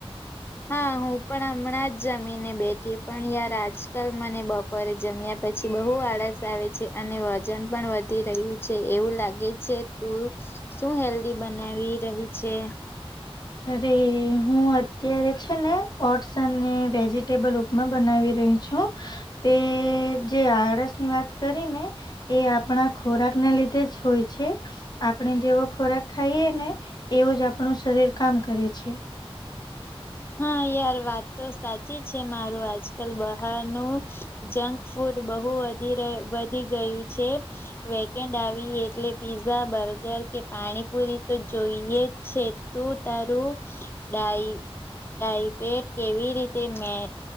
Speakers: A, on the left (about 25°); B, on the left (about 45°).
A: હા હું પણ હમણાં જ જમી ને બેઠી પણ યાર આજકાલ મને બપોરે જમ્યા પછી બહુ આળસ આવે છે અને વજન પણ વધી રહ્યું છે એવું લાગે છે તું શું હેલ્ધી બનાવી રહી છે
B: અરે હું અત્યારે છે ને ઓટ્સ અને વેજીિટેબલ ઉપમા બનાવી ર તે જે આળસ ની વાત કરીને એ આપણા ખોરાક ના લીધે જ હોય છે આપણે જેવો ખોરાક ખાઈએ ને એવું જ આપણું શરીર કામ કરે છે
A: હા યાર વાત તો સાચી છે મારું આજકાલ બહારનું જંક ફૂડ બહુ વધી ગયું છે વેકેડ આવી એટલે પીઝા બર્ગર કે પાણીપુરી તો જોઈએ છે તું તારું ડાય ડાયપેટ કેવી રીતે મે